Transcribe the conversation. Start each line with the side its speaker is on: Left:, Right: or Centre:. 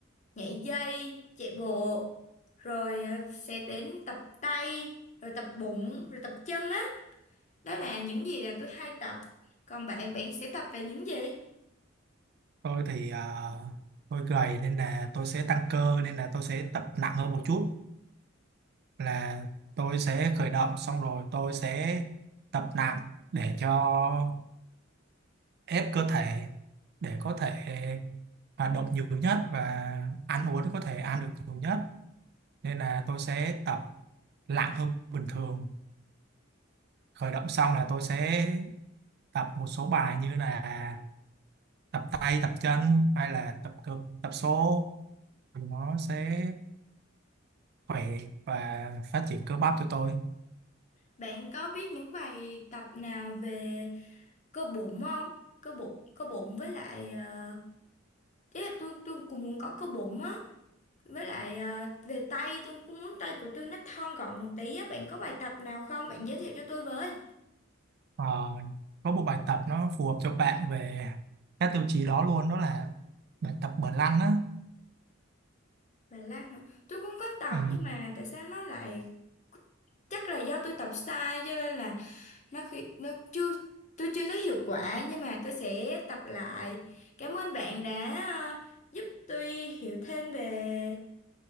Left: nhảy dây chạy bộ rồi ờ, sẽ đến tập tay rồi tập bụng rồi tập chân á đó. là những gì là tôi hay tập còn bạn bạn sẽ tập về những gì
Right: Tôi thì ờ, tôi gầy nên là tôi sẽ tăng cơ nên là tôi sẽ tập nặng hơn một chút là tôi sẽ khởi động xong rồi tôi sẽ tập nặng để cho ép cơ thể để có thể hoạt động nhiều nhất và ăn uống có thể ăn được nhiều nhất nên là tôi sẽ tập lặng hơn bình thường khởi động xong là tôi sẽ tập một số bài như là tập tay tập chân hay là tập cơ tập số thì nó sẽ khỏe và phát triển cơ bắp cho tôi
Left: bạn có biết những bài tập nào về cơ bụng không cơ bụng cơ bụng với lại ờ, ý là tôi tôi cũng muốn có cơ bụng á Với lại à, về tay tôi cũng muốn tay của tôi nó thon gọn một tí á. Bạn có bài tập nào không? Bạn giới thiệu cho tôi với.
Right: Ờ, có một bài tập nó phù hợp cho bạn về các tiêu chí đó luôn đó là bài tập bờ lăn á
Left: Bài lan hả? Tôi cũng có tập
Right: ừ,
Left: nhưng mà tại sao nó lại chắc là do tôi tập sai cho nên là nó khi nó chưa tôi chưa thấy hiệu quả nhưng mà tôi sẽ tập lại. Cảm ơn bạn đã à, giúp tôi hiểu thêm về